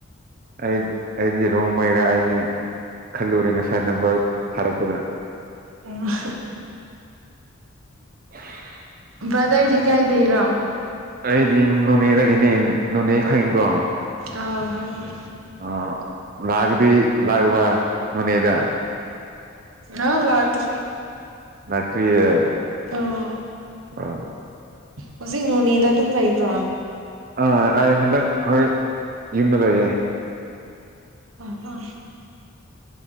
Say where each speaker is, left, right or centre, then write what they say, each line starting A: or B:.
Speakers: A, on the right; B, on the right.
A: ꯑꯩ ꯑꯩꯗꯤ ꯔꯣꯡꯃꯩꯔ ꯍꯥꯏꯕꯅꯤ ꯈꯜꯂꯨꯔꯦ ꯉꯁꯥꯏ ꯅꯝꯕꯔ ꯊꯥꯔꯛꯄꯗ
B: ꯑ ꯍ
A: <inaudible>
B: ꯕꯗ꯭ꯔꯗꯤ ꯀꯥꯏꯗꯩꯔꯣ
A: ꯑꯩꯗꯤ ꯅꯣꯅꯦꯗꯒꯤꯅꯦ ꯅꯣꯅꯦ ꯈꯪꯉꯤꯀꯣ
B: ꯑꯥ ꯈꯪꯉꯦ
A: ꯑꯥ ꯂꯥꯛꯑꯒꯗꯤ ꯂꯥꯛꯑꯕ ꯅꯣꯅꯦꯗ
B: ꯑꯥ ꯂꯥꯛꯇ꯭ꯔꯤ
A: ꯂꯥꯛꯇ꯭ꯔꯤꯌꯦ
B: ꯑꯥ
A: ꯑꯣ
B: ꯍꯨꯖꯤꯛ ꯅꯣꯅꯦꯗ ꯑꯗꯨꯝ ꯂꯩꯕ꯭ꯔꯣ
A: ꯑ ꯑꯩ ꯍꯟꯗꯛ ꯍꯣꯏ ꯌꯨꯝꯗ ꯂꯩꯌꯦ
B: ꯑ ꯍ